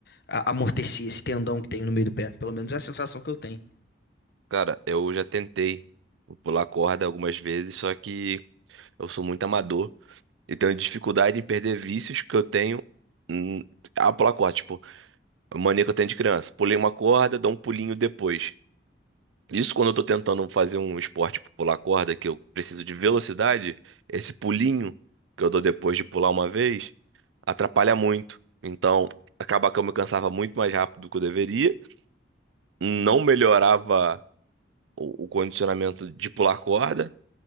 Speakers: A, on the left (about 55°); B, on the right (about 85°).
A: a- amortecer esse tendão que tem no meio do pé. Pelo menos é a sensação que eu tenho.
B: Cara, eu já tentei pular corda algumas vezes, só que eu sou muito amador. Eu tenho dificuldade em perder vícios que eu tenho hum, ah, pular corda, tipo, a mania que eu tenho de criança. Pulei uma corda, dou um pulinho depois. Isso quando eu tô tentando fazer um esporte tipo pular corda, que eu preciso de velocidade, esse pulinho que eu dou depois de pular uma vez, atrapalha muito. Então, acaba que eu me cansava muito mais rápido do que eu deveria, não melhorava o, o condicionamento de pular corda,